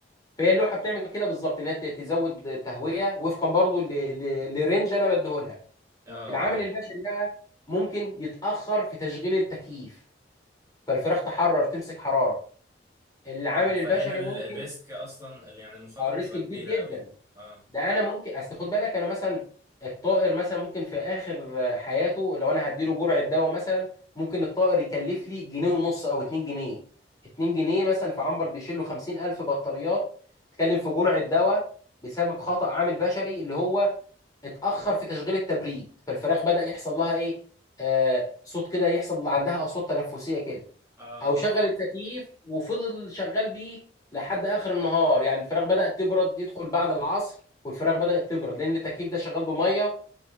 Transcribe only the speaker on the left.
فهي اللوحه بتعمل كده بالظبط انها ت- تزود تهويه وفقا برضو ل- ل- لرينج انا بديهولها
العامل
البشري بقى ممكن يتاخر في تشغيل التكييف فالفراخ تحرر تمسك حراره العامل
البشري
ممكن
آه، الريسك
كبير
جدا
ده انا ممكن اصل خد بالك انا مثلا الطائر مثلا ممكن في اخر حياته لو انا هديله جرعه دواء مثلا ممكن الطائر يكلف لي جنيه ونص او اتنين جنيه اتنين جنيه مثلا في عنبر بيشيل له خمسين الف بطاريات تكلم في جرعه دواء بسبب خطأ عامل بشري اللي هو اتأخر في تشغيل التبريد فالفراخ بدأ يحصل لها ايه آه صوت كده يحصل عندها اصوات تنفسيه كده
او شغل
التكييف وفضل شغال بيه لحد اخر النهار يعني الفراخ بدات تبرد يدخل بعد العصر والفراخ بدات تبرد لان التكييف ده شغال بميه